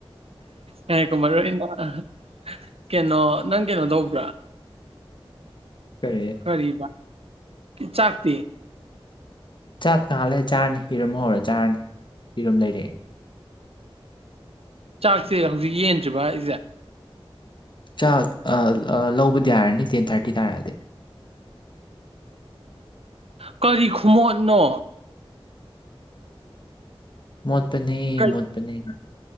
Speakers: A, on the right; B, on the left.
A: ꯍ ꯀꯨꯃꯔ ꯑ ꯀꯩꯅꯣ ꯅꯪ ꯀꯩꯅꯣ ꯇꯧꯕ꯭ꯔꯥ
B: ꯀꯔꯤ
A: ꯀꯔꯤꯕ ꯆꯥꯛꯇꯤ
B: ꯆꯥꯛ ꯇꯥꯍꯜꯂꯦ ꯆꯥꯔꯅꯤ ꯍꯤꯔꯝ ꯍꯧꯔ ꯆꯥꯔꯅꯤ ꯍꯤꯔꯝ ꯂꯩꯔꯛꯑꯦ
A: ꯆꯥꯛꯁꯦ ꯍꯧꯖꯤꯛ ꯌꯦꯟꯗ꯭ꯔꯤꯕ ꯍꯥꯏꯖꯦ
B: ꯆꯥꯛ ꯂꯧꯕꯗꯤ ꯌꯥꯔꯅꯤ ꯇꯦꯟ ꯊꯥꯔꯇꯤ ꯇꯥꯔꯛꯑꯗꯤ
A: ꯀꯔꯤ ꯈꯨꯃꯣꯠꯅꯣ
B: ꯃꯣꯠꯄꯅꯦ
A: ꯀꯩ
B: ꯃꯣꯠꯄꯅꯦ